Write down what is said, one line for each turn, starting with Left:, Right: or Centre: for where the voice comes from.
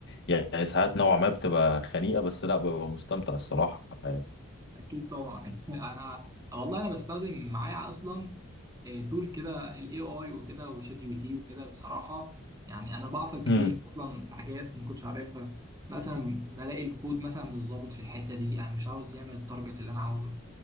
Left: يعني ساعات نوعا ما بتبقى خنيقة بس لا ببقى مستمتع الصراحة يعني
Right: اكيد طبعا <laughs> انا والله انا بستخدم معايا اصلا آه، تول كده الاي اي وكده وشات جي بي تي وكده بصراحه يعني انا بعطل كتير
Left: امم
Right: اصلا في حاجات ما كنتش عارفها مثلا بلاقي الكود مثلا مش ظابط في الحته دي انا مش عاوز يعمل التارجت اللي انا عاوزه